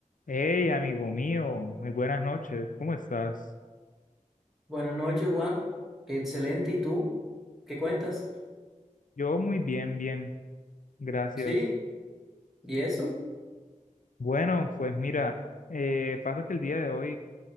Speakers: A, on the left (about 80°); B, in the centre.
A: Hey, amigo mío, muy buenas noches, ¿cómo estás?
B: Buenas noches, Juan. Excelente. ¿Y tú? ¿Qué cuentas?
A: Yo muy bien, bien, gracias.
B: Sí. ¿Y eso?
A: Bueno, pues mira, eh, pasa que el día de hoy,